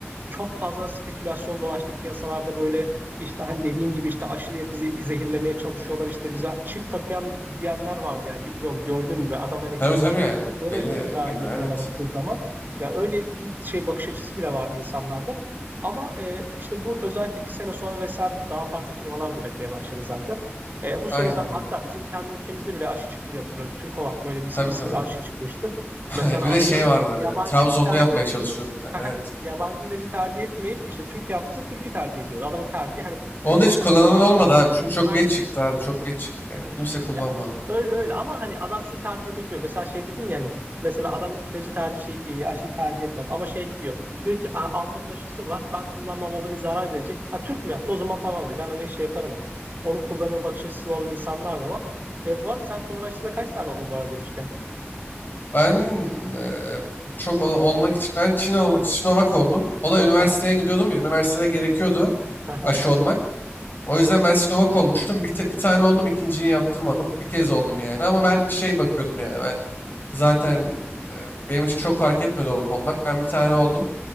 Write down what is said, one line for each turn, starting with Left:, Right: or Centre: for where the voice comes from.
Right: çok fazla spekülasyon dolaştı piyasalarda böyle işte hani dediğin gibi işte aşıya bizi zehirlemeye çalışıyorlar işte bize çip takıyan diyenler vardı yani bilmiyorum gördün mü be adam hani
Left: Tabii tabii
Right: çip
Left: yani.
Right: takıldığını
Left: Deli
Right: iddia
Left: gibi
Right: ediyordu
Left: evet.
Right: yana baktığı zaman. Ya öyle bir şey bakış açısı bile vardı insanlarda. Ama e, işte bu özellikle bir sene sonra vesaire daha farklı firmalar da üretmeye başladı zaten. E, bu süre
Left: Aynen
Right: zar-
Left: öyle.
Right: hatta bizim kendi ülkemizde bile aşı çıktı diye hatırlıyorum. Türkovak mı öyle bir
Left: Tabii
Right: isimli
Left: tabii.
Right: aşı çıkmıştı.
Left: <laughs>
Right: Mesela
Left: Evet bir de
Right: atıyorum
Left: şey vardı
Right: yabancı
Left: bir de. Trabzonlu
Right: tercih
Left: yapmaya
Right: etmeyip
Left: çalışıyordu bir tane
Right: <laughs>
Left: evet.
Right: yabancı ilacı tercih etmeyip işte Türk yaptıysa Türk'ü tercih ediyordu. Adamın tercihi hani
Left: Onu
Right: Türk
Left: da hiç kullanılan
Right: yani benim
Left: olmadı
Right: yaptıysa
Left: abi. Çünkü
Right: Türk
Left: çok
Right: aynı.
Left: geç çıktı abi. Çok geç çıktı yani. Kimse kullanmadı.
Right: Ya, öyle öyle ama hani adam şunu tercih edebiliyor. Mesela şey dedin ya hani mesela adam ilacı tercih şey, e, aşıyı tercih etmez ama şeye gidiyor. Diyor ki "Aa, Alman'ın aşısı var. Ben kullanmam o beni zarar verecek. Ha Türk mü yaptı? O zaman tamam diyor. Ben hani şey yaparım diyor. Onu kullanır bakış açısı olan insanlar da var. E, bu arada sen korona aşısına kaç tane oldun bu arada demişken.
Left: Ben eee, çok ol- olmak için ben Çino, Sinovac oldum. O da üniversiteye
Right: Aha,
Left: gidiyordum ya. Üniversitede gerekiyordu
Right: aha,
Left: aşı olmak. O yüzden ben Sinovac olmuştum. Bir, te- bir tane oldum, ikinciyi yaptırmadım. Bir kez oldum yani. Ama ben şey bakıyordum yani ben zaten e, benim için çok fark etmedi olup olmak. Ben bir tane oldum.